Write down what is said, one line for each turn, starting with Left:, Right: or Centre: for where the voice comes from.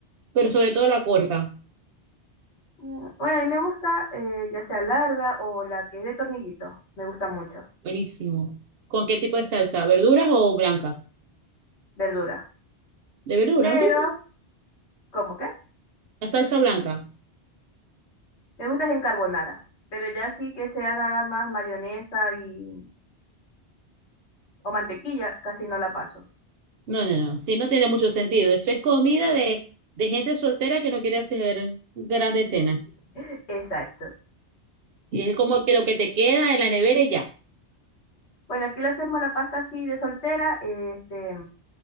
Right: pero sobre todo la corta.
Left: Mm, Bueno, a mí me gusta eh, ya sea larga o la que es de tornillito. Me gusta mucho.
Right: Buenísimo. ¿Con qué tipo de salsa? ¿Verduras o blanca?
Left: Verdura.
Right: De verdura,
Left: Pero,
Right: ¿no te gusta?
Left: ¿cómo qué?
Right: La salsa blanca.
Left: Me gusta es en carbonara. Pero ya sí que sea nada más mayonesa y... o mantequilla, casi no la paso.
Right: No, no, no. Sí, no tiene mucho sentido. Eso es comida de, de gente soltera que no quiere hacer grandes cenas.
Left: <laughs> Exacto.
Right: Y es como
Left: sí.
Right: que lo que te queda en la nevera y ya.
Left: Bueno, aquí le hacemos la pasta así de soltera. Este,